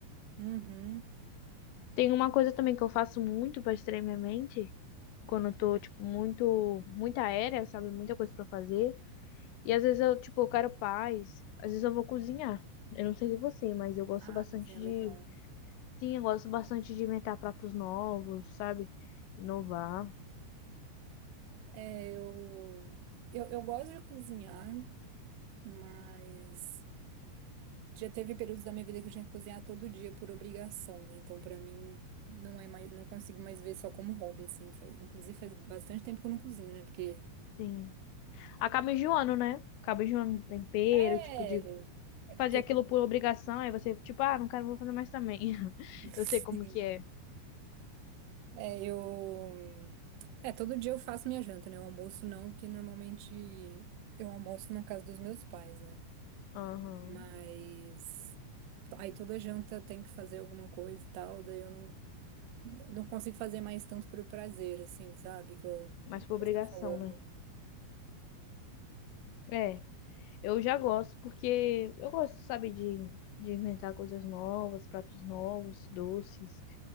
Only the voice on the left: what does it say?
Tem uma coisa também que eu faço muito pra distrair minha mente, quando eu tô, tipo, muito, muito aérea, sabe? Muita coisa pra fazer. E às vezes eu, tipo, eu quero paz. Às vezes eu vou cozinhar. Eu não sei de você, mas eu gosto
bastante
de.
Sim, eu gosto bastante de inventar pratos novos, sabe? Inovar.
Sim. Acaba enjoando, né? Acaba enjoando do tempero,
tipo, de
fazer
aquilo por obrigação. Aí você, tipo, ah, não quero, vou fazer mais também. <laughs>
Eu sei como que é.
Aham.
Mas por obrigação,
né? É. Eu já gosto, porque eu gosto, sabe, de, de inventar coisas novas, pratos novos, doces,